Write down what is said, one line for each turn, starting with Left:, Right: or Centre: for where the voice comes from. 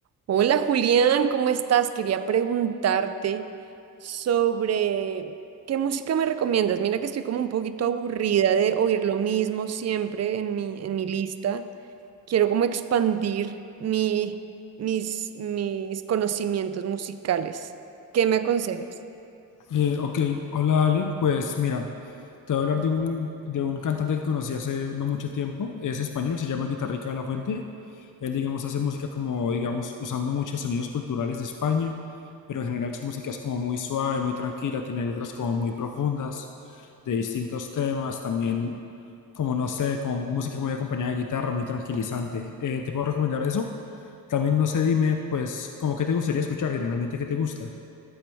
Right: Hola Julián, ¿cómo estás? Quería preguntarte sobre qué música me recomiendas. Mira que estoy como un poquito aburrida de oír lo mismo siempre en mi, en mi lista. Quiero como expandir mi, mis, mis conocimientos musicales. ¿Qué me aconsejas?
Left: Eh, ok, hola Ale, pues mira, te voy a hablar de un, de un cantante que conocí hace no mucho tiempo, es español, se llama Guitarrica de la Fuente, él digamos hace música como, digamos, usando muchos sonidos culturales de España, pero en general su música es como muy suave, muy tranquila, tiene letras como muy profundas, de distintos temas, también como no sé, como música muy acompañada de guitarra, muy tranquilizante. Eh, ¿te puedo recomendar eso? También no sé, dime, pues, como qué te gustaría escuchar, generalmente qué te gusta.